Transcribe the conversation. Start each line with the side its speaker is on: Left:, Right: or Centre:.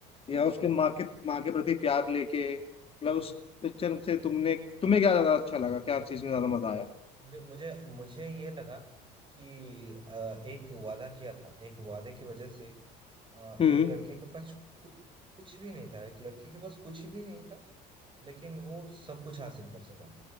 Left: या उसके माँ के माँ के प्रति प्यार लेके मतलब उस पिक्चर से तुमने तुम्हें क्या ज्यादा अच्छा लगा क्या चीज में ज्यादा मजा आया
Right: मुझे मुझे मुझे ये लगा कि अ, एक वादा किया था एक वादे की वजह से अ,
Left: हम्म
Right: एक लड़के के पास कुछ कुछ भी नहीं था एक लड़के के पास कुछ भी नहीं था लेकिन वो सब कुछ हासिल कर सका